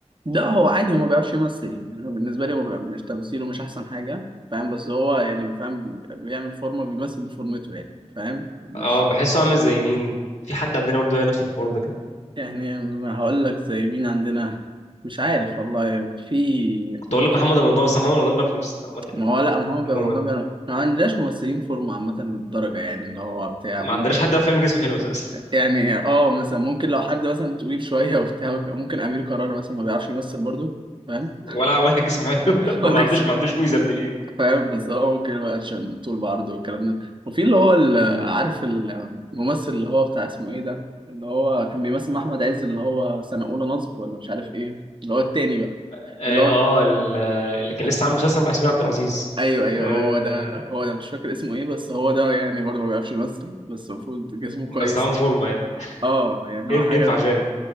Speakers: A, on the right; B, on the left.
A: لا هو عادي هو ما بيعرفش يمثل يعني انا بالنسبه لي هو بيبقى مش تمثيله مش احسن حاجه فاهم بس هو يعني فاهم بي- بيعمل فورمه بيمثل بفورمته يعني فاهم مش
B: اه بحسه عامل زي مين في حد عندنا برضه يعني نفس الحوار ده كده
A: يعني ما هقول لك زي مين عندنا مش عارف والله في
B: كنت
A: ممكن
B: اقول لك محمد رمضان بس محمد رمضان بيعرف يمثل عامه يعني
A: ما هو لا ما هو بيعرف
B: ده مهم
A: ده بيعرف ما عندناش ممثلين فورمه عامه للدرجه يعني اللي هو بتاع
B: ما
A: ممكن
B: عندناش حد يعرف يعمل جسم حلو اساسا
A: يعني اه مثلا ممكن لو حد مثلا طويل شويه وبتاع وك- ممكن امير كرارة مثلا ما بيعرفش يمثل برضه فاهم
B: ولا ولا جسمه حلو
A: <laughs>
B: <laughs>
A: هقول
B: ما
A: لك
B: عندوش ما عندوش ميزه ابن ليه
A: فاهم بس هو ممكن بقى عشان طول بعرض والكلام ده وفي اللي هو ال- عارف الممثل اللي هو بتاع اسمه ايه ده اللي هو كان بيمثل مع احمد عز اللي هو سنة اولى نصب ولا مش عارف ايه اللي هو التاني بقى
B: اه
A: اللي هو
B: آه، ال- اللي كان
A: ال-
B: لسه عامل مسلسل مع ياسمين عبد العزيز
A: ايوه ايوه
B: آه
A: هو ده هو ده مش فاكر اسمه ايه بس هو ده يعني برضه ما بيعرفش يمثل بس المفروض جسمه كويس
B: بس عامل
A: يعني
B: فورمه يعني
A: اه يعني
B: ين-
A: هو حاجه
B: ينفع جان